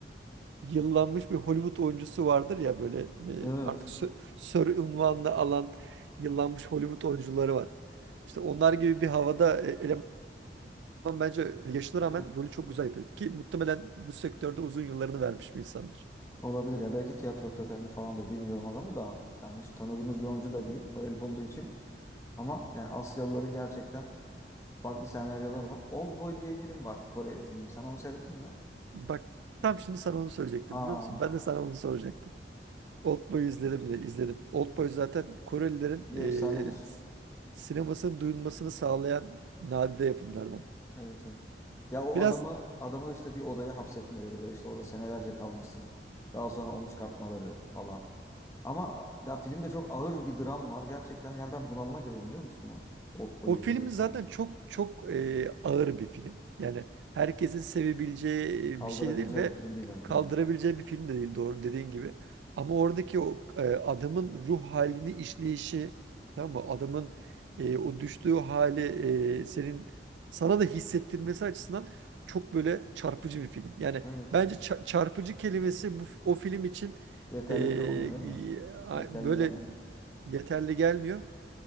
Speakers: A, on the right; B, on the left.
A: e, yıllanmış bir Hollywood oyuncusu vardır ya böyle e,
B: Evet,
A: artık sö- sör unvanını alan yıllanmış Hollywood oyuncuları var. İşte onlar gibi bir havada e, eleman bence yaşına rağmen
B: evet
A: rolü çok güzel yapıyor. Ki muhtemelen bu sektörde uzun yıllarını vermiş bir insandır.
B: olabilir ya belki tiyatro kökenli falandır bilmiyorum adamı da yani hiç tanıdığımız bir oyuncu da değil Koreli olduğu için ama yani Asyalıları gerçekten farklı senaryolar var. Oldboy diye bir film var Kore filmi sen onu seyrettin mi?
A: Bak tam şimdi sana onu söyleyecektim
B: Aa
A: biliyor musun? Ben de sana onu soracaktım. Oldboy'u izledim mi? İzledim. Oldboy zaten Korelilerin
B: bir efsanedir.
A: e, s- sinemasının duyulmasını sağlayan nadide yapımlardan.
B: Evet evet. Ya o
A: Biraz
B: adamı adamı işte bir odaya hapsetmeleri ve işte orada senelerce kalması daha sonra onu çıkartmaları falan. Ama ya filmde çok ağır bir dram var gerçekten yani ben bunalıma girdim biliyor musun o Oldboy'u
A: o
B: izlediğim
A: film zaten
B: zaman.
A: çok çok e, ağır bir film. Yani herkesin sevebileceği
B: Kaldırabileceği
A: e, bir şey değil ve
B: bir film değil herkesin.
A: kaldırabileceği bir film de değil doğru dediğin gibi. Ama oradaki o e, adamın ruh halini işleyişi tamam mı? Adamın e, o düştüğü hali e, senin sana da hissettirmesi açısından çok böyle çarpıcı bir film. Yani
B: Evet
A: bence
B: ya.
A: ça- çarpıcı kelimesi bu o film için
B: Yeterli
A: e, e,
B: kalmıyor değil mi? Yeterli
A: böyle
B: gelmiyor.
A: yeterli gelmiyor